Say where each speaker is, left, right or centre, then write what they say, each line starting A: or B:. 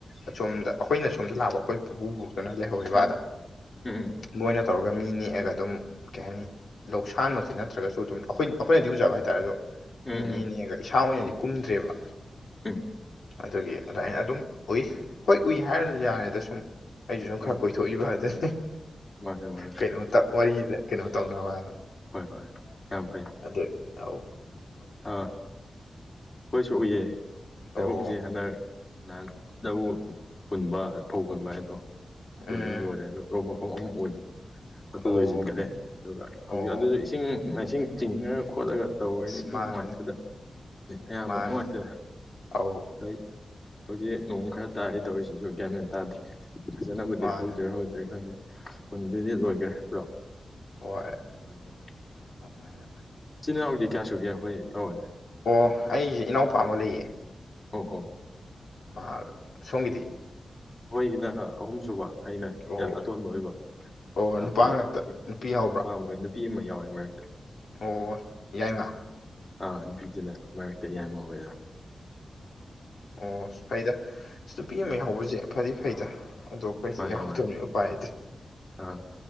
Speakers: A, on the left; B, on the left.
A: ꯑꯁꯣꯝꯗ ꯑꯩꯈꯣꯏꯅ ꯁꯣꯝꯗ ꯂꯥꯛꯑꯕ ꯑꯩꯈꯣꯏ ꯄꯨꯄꯨ ꯀꯩꯅꯣ ꯂꯩꯍꯧꯋꯦꯕ
B: ꯎꯝ
A: ꯑꯗꯥ
B: ꯎꯝ
A: ꯃꯣꯏꯅ ꯇꯧꯔꯒ ꯃꯤ ꯅꯦꯛꯑꯒ ꯑꯗꯨꯝ ꯀꯩ ꯍꯥꯏꯅꯤ ꯂꯧꯁꯥꯟꯃꯛꯇꯤ ꯅꯠꯇ꯭ꯔꯒꯁꯨ ꯑꯗꯨꯝ ꯑꯩꯈꯣꯏ ꯑꯩꯈꯣꯏꯅꯗꯤ ꯎꯖꯕ ꯍꯥꯏꯇꯥꯔꯦ ꯑꯗꯣ
B: ꯎꯝ
A: ꯃꯤ ꯅꯦꯛꯅꯦꯛꯑꯒ
B: ꯎꯝ ꯎꯝ
A: ꯏꯁꯥ ꯑꯣꯏꯅꯗꯤ ꯀꯨꯝꯗ꯭ꯔꯦꯕ
B: ꯎꯝ
A: ꯑꯗꯨꯒꯤ ꯑꯗꯨꯃꯥꯏꯅ ꯑꯗꯨꯝ ꯎꯨꯏ ꯍꯣꯏ ꯎꯨꯏ ꯍꯥꯏꯔ ꯌꯥꯔꯦꯗ ꯁꯨꯝ ꯑꯩꯁꯨ ꯁꯝ ꯈꯔ
B: ꯑꯣ
A: ꯀꯣꯏꯊꯣꯛꯏꯕ ꯍꯥꯏꯗꯨꯅꯤ
B: ꯃꯥꯅꯦ ꯃꯥꯅꯦ
A: ꯀꯩꯅꯣ ꯋꯥꯔꯤ ꯀꯩꯅꯣ ꯇꯧꯅꯕ ꯍꯥꯏꯗꯅ
B: ꯍꯣꯏ ꯍꯣꯏ ꯌꯥꯝ ꯐꯩ
A: ꯑꯗꯨꯅꯤ ꯊꯧ <unintelligible>
B: ꯑꯥ ꯑꯩꯈꯣꯏꯁꯨ ꯎꯨꯏꯌꯦ ꯂꯧꯁꯦ
A: ꯑꯣ
B: ꯍꯟꯗꯛ ꯅꯍꯥꯟ ꯂꯧ ꯍꯨꯟꯕ ꯐꯧ ꯍꯨꯟꯕ ꯍꯥꯏꯗꯣ ꯈꯣꯏꯗꯅ
A: ꯎꯝ
B: ꯂꯣꯏꯔꯦ ꯑꯗꯨ ꯂꯧ ꯃꯐꯝ ꯑꯍꯨꯝ ꯑꯣꯏ ꯑꯗꯨ
A: ꯑꯣ
B: ꯂꯣꯏꯁꯤꯟꯈ꯭ꯔꯦ ꯑꯗꯨꯒ ꯍꯧꯖꯤꯛ
A: ꯑꯣ
B: ꯑꯗꯨꯗ ꯏꯁꯤꯡ ꯃꯥꯏꯁꯤꯡ ꯆꯤꯡꯉꯒ ꯈꯣꯠꯂꯒ ꯇꯧꯔꯤꯅꯤ
A: ꯑꯁ
B: ꯏꯁꯤꯡ
A: ꯃꯥꯅꯦ
B: ꯅꯨꯡꯉꯥꯏꯇꯦꯗ ꯑꯌꯥꯝꯕ
A: ꯃꯥꯅꯤ
B: ꯅꯨꯡꯉꯥꯏꯇꯦ
A: ꯑꯧ
B: ꯍꯣꯏ ꯍꯧꯖꯤꯛ ꯅꯣꯡ ꯈꯔ ꯇꯥꯔꯤ ꯇꯧꯔꯤꯁꯤꯁꯨ ꯒ꯭ꯌꯥꯃꯦꯟ ꯇꯥꯗ꯭ꯔꯦ ꯐꯖꯅꯕꯨꯗꯤ
A: ꯃꯥꯅꯤ
B: ꯍꯧꯗ꯭ꯣꯏꯔ ꯍꯧꯔꯣꯏꯗ꯭ꯣꯏꯔ ꯈꯪꯗꯦ ꯍꯨꯟꯕꯗꯤ ꯂꯣꯏꯈ꯭ꯔꯦ ꯄꯨꯔꯥ
A: ꯍꯣꯏ
B: ꯂꯥꯛꯒꯦ
A: <unintelligible>
B: ꯏꯆꯤꯜ ꯏꯅꯥꯎꯗꯤ ꯀꯌꯥꯁꯨꯒꯦ ꯑꯩꯈꯣꯏ ꯏꯇꯥꯎ ꯍꯣꯏ
A: ꯑꯣ ꯑꯩꯁꯦ ꯏꯅꯥꯎꯄꯥ ꯑꯃꯒ ꯂꯩꯌꯦ
B: ꯑꯣ ꯑꯣ
A: ꯃꯍꯥꯛ ꯁꯣꯝꯒꯤꯗꯤ
B: ꯑꯈꯣꯢꯒꯤꯁꯤꯅ ꯑꯍꯨꯝꯁꯨꯨꯕ ꯑꯩꯅ
A: ꯑꯣ
B: ꯑꯇꯣꯟꯕ ꯑꯣꯏꯕ
A: ꯑꯣ
B: ꯑꯩꯈꯣꯏꯒꯤ
A: ꯅꯨꯄꯥ ꯉꯥꯛꯇ ꯅꯨꯄꯤ ꯌꯥꯎꯕ꯭ꯔꯥ
B: ꯅꯨꯄꯥ ꯑꯃꯒ ꯅꯨ ꯅꯨꯄꯤ ꯑꯃ ꯌꯥꯎꯋꯦ ꯃꯔꯛꯇ
A: ꯑꯣ ꯌꯥꯏꯃꯥ
B: ꯑꯥ ꯅꯨꯄꯤꯗꯨꯅ ꯃꯔꯛꯇ ꯌꯥꯥꯏꯃꯥ ꯑꯣꯢꯌꯦ
A: ꯑꯣ ꯑꯣ ꯐꯩꯗ ꯅꯨꯄꯤ ꯑꯃ ꯌꯥꯎꯕꯁꯦ ꯐꯗꯤ ꯐꯩꯗ ꯑꯗꯣ ꯑꯩꯈꯣꯏꯗꯤ
B: ꯃꯥꯅꯦ
A: ꯌꯥꯎꯗꯕꯅꯤ
B: ꯃꯥꯅꯦ
A: ꯎꯄꯥꯏ ꯂꯩꯇꯔꯦ
B: ꯑꯥ